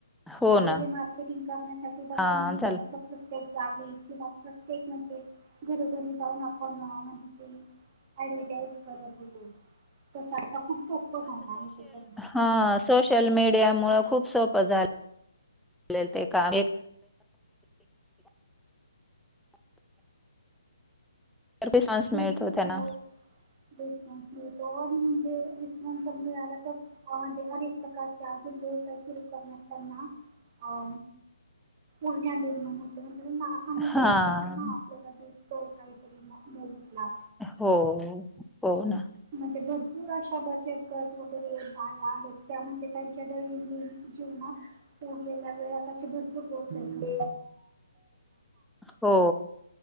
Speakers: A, in the centre; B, on the right.
A: हो ना.
B: पहिले मार्केटिंग करण्यासाठी बघा
A: हां
B: म्हणजे
A: झालं.
B: असं प्रत्येक गावी किंवा प्रत्येक म्हणजे घरोघरी जाऊन आप म्हणजे ते ऍडव्हटाइज करत होतो. तसं आता खूप सोपं झाला आहे ते करण्यात.
A: हा सोशल मीडिया मु खूप सोपं झालं ते का पे चान्स
B: भरपूर
A: मिळतो त्यांना
B: हो रिस्पॉन्स मिळतो आणि म्हणजे तर मिळाला तर अनेक प्रकारचेून व्यवसाय सुरू करण्यात त्यांना हो ऊर्जा निर्माण होते आणि त्यांना आनंद
A: हां.
B: वाटतो की हा आपल्याला भेटतोय काहीतरी मोबदला.
A: हो हो होना
B: म्हणजे भरपूर अशा बचत गट वगैरे आहेत त्या म्हणजे त्यांच्या दैनंदिन जीवनात डलेल्या वेळात अशी भरपूर बोस आहेतड
A: हो